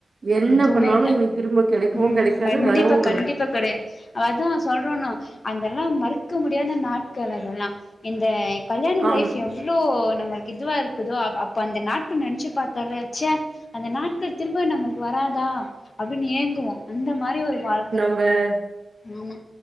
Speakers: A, on the right; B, on the left.
A: என்ன
B: எதுவுமே
A: பண்ணாலு
B: இல்ல
A: இனி திரும்ப கெடைக்கவு
B: ம்
A: கெடைக்காது
B: கண்டிப்பா
A: வரவு
B: கண்டிப்பா கெடையாது அதா சொல்றோனோ அதெல்லா மறுக்க முடியாத நாட்கள் அதெல்லா இந்த கல்யாண
A: ஆம்.
B: லைஃப் எவ் ளோ நமக்கு இதுவா இருக்குதோ அப்ப அந்த நாட்கள் நெனச்சி பாத்தாலே சே அந்த நாட்கள் திரும்ப நம்ளுக்கு வராதா அப்டின் ஏங்குவோ அந்த மாரி ஒரு வாழ்க்க
A: வ
B: ஆமா